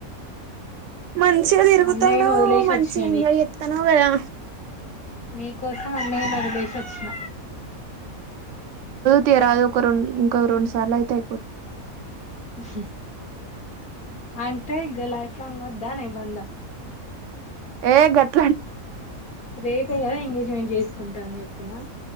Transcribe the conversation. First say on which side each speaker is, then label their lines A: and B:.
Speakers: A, on the right; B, on the left.
A: మంచిగా తిరుగుతాన్నవ్
B: అన్నయ్యను వదిలేసి
A: మంచిగ
B: వచ్చిన
A: ఎంజాయ్ చేతన్నావ్ కదా
B: మీకోసం అన్నయని వొదిలేసి వోచిన
A: తీయ రాదు ఒక రెండు ఇంక రెండు సార్లు అయితే అయిపోతది
B: స అంటే ఇగ లైఫ్ లాంగ్ వద్దానేబంధం
A: ఏ గట్
B: రేపే కదా ఎంగేజ్మెంట్ చేసుకుంటా అని చెప్పినా